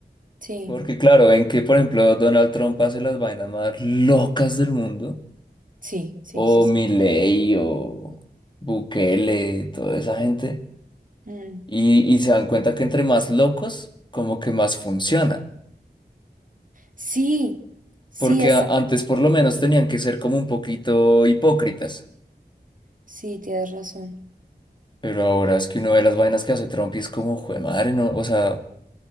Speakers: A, on the right; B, on the left.
A: Sí,
B: Porque claro, ven que, por ejemplo, Donald Trump hace las vainas más locas del mundo.
A: sí, sí,
B: O
A: sí, sí.
B: Milei, o Bukele, toda esa gente.
A: Mm.
B: Y, y se dan cuenta que entre más locos, como que más funciona.
A: Sí, sí,
B: Porque
A: exacto.
B: a- antes por lo menos tenían que ser como un poquito hipócritas.
A: Sí, tienes razón.
B: Pero ahora es que uno ve las vainas que hace Trump y es como, jue madre, no, o sea,